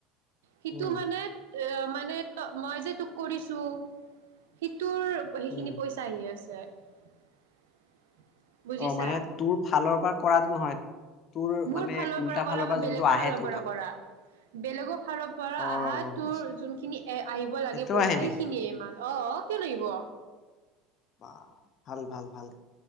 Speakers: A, on the right; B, on the left.
A: সেইটো
B: উম
A: মানে এ মানে ত মই যে তোক কৰিছো হি তোৰ সেইখিনি
B: উম
A: পইচা আহি আছে <unintelligible> বুজিছা
B: অ মানে তোৰ ফালৰ পৰা কৰাত নহয় তোৰ
A: মোৰ
B: মানে
A: ফালৰ
B: উল্টা
A: পৰা কৰা
B: ফালৰ
A: বা বেলেগ
B: যোনটো
A: ফালৰ
B: আহে তোৰ
A: পৰা
B: তাত
A: কৰা বেলেগক ফালৰ পৰা
B: অ
A: আহা
B: গম
A: তোৰ
B: পাইছো
A: যোনখিনি এ আহিব লাগে
B: সেইটো
A: পইচা
B: আহে নেকি
A: সেইখিনিয়ে ইমান অ কিয় নাহিব
B: বা ভাল ভাল ভাল,